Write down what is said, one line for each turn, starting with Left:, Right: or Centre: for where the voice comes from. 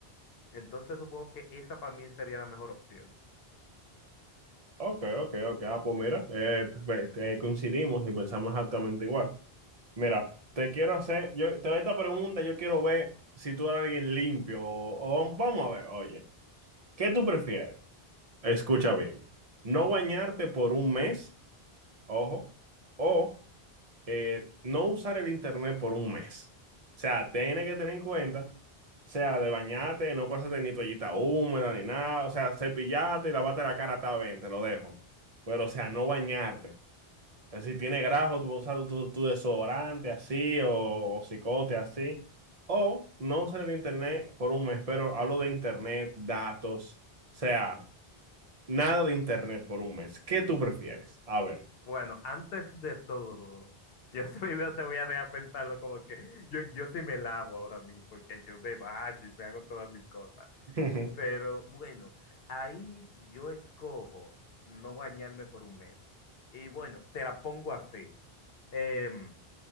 Left: Entonces supongo que esa para mí sería la mejor opción.
Right: Ok, ok, ok. Ah, pues mira, eh, te- te- coincidimos y pensamos exactamente igual. Mira, te quiero hacer, yo te hago esta pregunta, yo quiero ver si tú eres alguien limpio o, o vamos a ver, oye, ¿qué tú prefieres? Escucha bien, no bañarte por un mes, ojo, o eh, no usar el internet por un mes. O sea, tienes que tener en cuenta, o sea, de bañarte, no pasarte ni toallita húmeda ni nada, o sea, cepillate y lavate la cara, está bien, te lo dejo. Pero, o sea, no bañarte. Si tiene grajo, tú usas tu, tu desodorante así o, o cicote así. O no usar el internet por un mes, pero hablo de internet, datos, o sea, nada de internet por un mes. ¿Qué tú prefieres? A ver.
Left: Bueno, antes de todo, yo <laughs> primero te voy a dejar pensarlo como que yo, yo sí me lavo ahora mismo, porque yo me baño y me hago todas mis cosas.
Right: <laughs>
Left: Pero bueno, ahí yo escojo no bañarme por un mes. Y bueno, te la pongo así. Em,